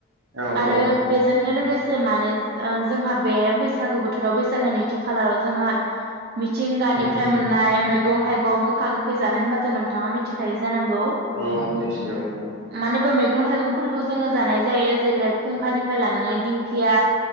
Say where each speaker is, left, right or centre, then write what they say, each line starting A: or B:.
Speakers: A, on the right; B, on the right.
A: औ
B: आरो
A: औ
B: बेजोंनो लोगोसे माने जोंहा बे बैसागो बोथोराव बैसागो नैथि खालाराव जोंहा मिथिंगानिफ्राय
A: उम उम
B: मोननाय मैगं नथाय गं गोखा गोखै जानाय होनबाथ नोंथाङा मिथिखायो जानांगौ
A: औ मिथिगौ
B: माने बे मैगं थाइगं <unintelligible> जोङो जानाय जायो जेरै खुंखानिफ्राय लानानै दिंखिया